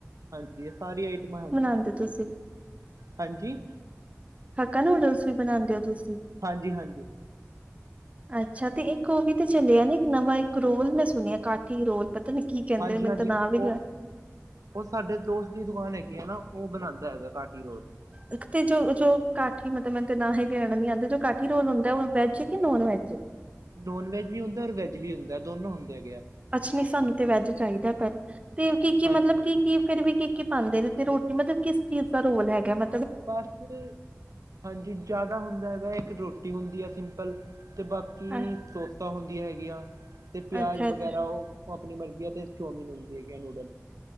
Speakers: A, on the right (about 80°); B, on the right (about 25°).
A: ਹਾਂਜੀ ਇਹ ਸਾਰੀ ਆਈਟਮਾਂ ਹੈ ਗੀਆ
B: ਹੁਣ ਤੇ ਤੁਸੀਂ
A: ਹਾਂਜੀ ਈ
B: ਹੱਕਾ ਆ ਨੂਡਲਸ ਵੀ ਬਣਾਉਂਦੇ ਹੋ ਤੁਸੀਂ
A: ਹਾਂਜੀ ਹਾਂਜੀ
B: ਅੱਛਾ ਤੇ ਇੱਕ ਉਹ ਵੀ ਤੇ ਚੱਲਿਆ ਨੀ ਇੱਕ ਨਵਾਂ ਇੱਕ ਰੋਲ ਮੈਂ ਸੁਣਿਆ ਕਾਠੀ ਰੋਲ ਪ ਪਤਾ ਨੀ ਕੀ ਕਹਿੰਦੇ
A: ਹਾਂਜੀ
B: ਨੇ ਮੈਨੂੰ
A: ਹਾਂਜੀ
B: ਤੇ ਨਾਂ ਵੀ
A: ਉਹ
B: ਲਿਆ
A: ਉਹ ਸਾਡੇ ਦੋਸਤ ਦੀ ਦੁਕਾਨ ਹੈਗੀ ਐ ਨਾ ਉਹ ਬਣਾਉਂਦਾ ਹੈਗਾ ਕਾਟੀ ਰੋਡ
B: ਇੱਕ ਤੇ ਜੋ ਜੋ ਕਾਠੀ ਮੇਨੂੰ ਮਤ ਨਾ ਹੀ ਲਿਆਣ ਨੀ ਆਦੋ ਏ ਜੋ ਕਾਠੀ ਰੋਲ ਹੁੰਦਾ ਐ ਉਹ ਵੈਜ ਐ ਕਿ ਨੋਨ ਵੈੱਜ ਐ
A: ਨੋਨ ਵੈੱਜ ਵੀ ਹੁੰਦਾ ਐ ਔਰ ਵੈੱਜ ਵੀ ਹੁੰਦਾ ਐ ਦੋਨੋਂ ਹੁੰਦੇ ਹੈਗੇ ਆ
B: ਅੱਛਾ ਨੀ ਸਾਨੂੰ ਤੇ ਵੈਜ ਚਾਹੀਦਾ ਪਰ ਤੇਵ ਕੀ ਕੀ
A: ਹਾਂਜੀ
B: ਮਤਲਬ
A: ਹਾਂਜੀ
B: ਕੀ ਕੀ ਫਿਰ ਵੀ ਕੀ ਕੀ ਪਾਦੇ ਨੇ ਤੇ ਰੋਟੀ ਮਤਲਬ ਕਿਸ ਚੀਜ਼ ਦਾ ਰੋਲ ਹੈਗਾ ਐ ਮ
A: ਪਾਸਤਰ ਹਾਂਜੀ ਜਿਆਦਾ ਹੁੰਦਾ ਹੈਗਾ ਇੱਕ ਰੋਟੀ ਹੁੰਦੀ ਏ ਸਿੰ ਕੱਲ ਤੇ ਬਾਕੀ
B: ਅ
A: ਸੋਸਾ ਹੁੰਦੀਆਂ ਹੈਗੀਆਂ ਤੇ ਪਿਆਜ
B: ਅੱਛਾ ਅੱਛਾ
A: ਵਗੈਰਾ ਉਹ ਆਪਣੀ ਮਰਜ਼ੀ ਆ ਤੇ ਚੋਮੀਨ ਹੁੰਦੀ ਹੈਗੀ ਆ ਨੂਡਲ